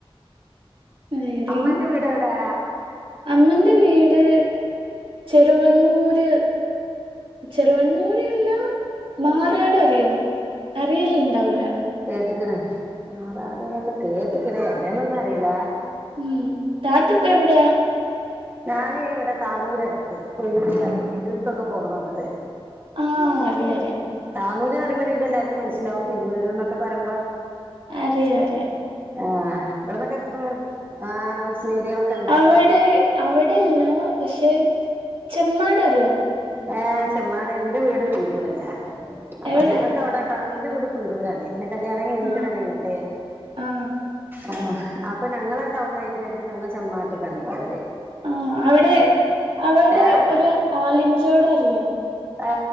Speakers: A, on the right; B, on the right.
A: വേറെയും
B: അമ്മന്റെ വീടെവിടാ
A: അമ്മന്റെ വീട് ചെറുവണ്ണൂര് ചെറുവണ്ണൂര് ഇള്ള മാറാട് അറിയോ വെയിൽ ഉണ്ടാവൂല
B: എക്കണ് മാറാട് ന്നൊക്കെ കേട്ട് ത്ത്ക്ക്ണ് എവിടെനൊന്നും അറീല
A: ഉം താത്തപ്പ എവിടെയാ
B: ഞാന ഇവിടെ താനൂര് അടുത്ത് കൊയ്യൂര് തിരൂർക്കൊക്കെ പോകണ അടുത്ത്
A: ആ
B: ക്ക്
A: അറിയാം അറിയാം
B: പറ അ പറയ്പോും ഇ എല്ലാവർും മനസിലാവും തിരുവരുൂ എന്നക്കെ പറയമ്പ്പോ
A: അറിയ അറ
B: ആഹ് ഇവിടന്നൊക്കെ ആഹ് സ്നേഹിതികളൊക്കെ ഇണ്ടാ
A: അവിടെ അവിടെയല്ല പക്ഷെ ചെമ്മാട അ
B: ഏ ചെമ്മാട എന്റെ വീട് കൊണ്ടൂരല്ലേ അപ്പൊ
A: എവിടെ
B: ഞങ്ങൾക്ക് അവിടെട്ടാ എന്റെ വീട് കുണ്ടൂരണേ പിെ കല്യാണംണം കഴിഞ്ഞീിക്കണല്ലേ
A: ആ
B: ഇങ്ങട്ടെ
A: ആ
B: ആഹ അപ്പൊ ഞങ്ങള ആ ടൗണ ആായിട്ട് വര ഞങ്ങൾ ചെ്മാട്ടക്കാണ് പോയല്ലേ
A: ആ അവിടെ അവിടെ
B: ഏഹ്
A: ഒരു മലിഞ്ചയോട് അറിയോ
B: ആ